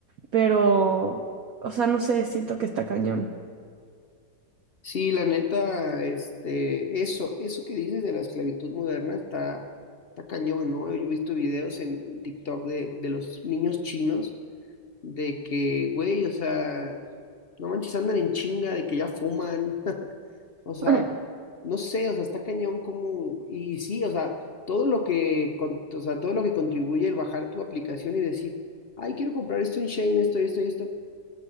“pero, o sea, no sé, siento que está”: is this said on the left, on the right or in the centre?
Right